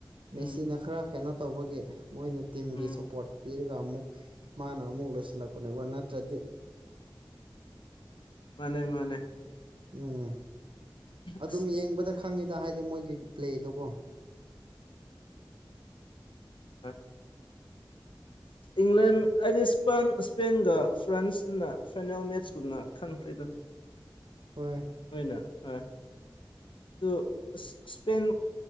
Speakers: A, on the right; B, on the left.
A: ꯃꯦꯆꯤꯅ
B: ꯎꯝ
A: ꯈꯔ ꯀꯩꯅꯣ ꯇꯧꯕꯒꯤ ꯃꯣꯏꯅ ꯇꯤꯝꯒꯤ
B: ꯎꯝ
A: ꯁꯞꯄꯣꯔꯠ ꯄꯤꯔꯒ ꯑꯃꯨꯛ ꯃꯥꯅ ꯑꯃꯨꯛ ꯂꯣꯏꯁꯤꯜꯂꯛꯄꯅꯦꯕ ꯅꯠꯇ꯭ꯔꯗꯤ
B: ꯃꯅꯦ ꯃꯥꯅꯦ
A: ꯎꯝ ꯑꯗꯨꯝ
B: ꯑꯁ
A: ꯌꯦꯡꯕꯗ ꯈꯪꯉꯤꯗ ꯍꯥꯏꯗꯤ ꯃꯣꯏꯒꯤ ꯄ꯭ꯂꯦꯗꯀꯣ
B: ꯑ ꯏꯪꯂꯦꯟ ꯍꯥꯏꯗꯤ ꯏꯁꯄ ꯏꯁꯄꯦꯟꯒ ꯐ꯭ꯔꯥꯟꯁꯀꯅ ꯐꯥꯏꯅꯦꯜ ꯃꯦꯠꯁꯀꯨꯝꯅ ꯈꯪꯈ꯭ꯦꯗ
A: ꯍꯣꯏ
B: ꯑꯣꯏꯅ ꯍꯣꯏ ꯑꯗꯨꯄꯦꯟ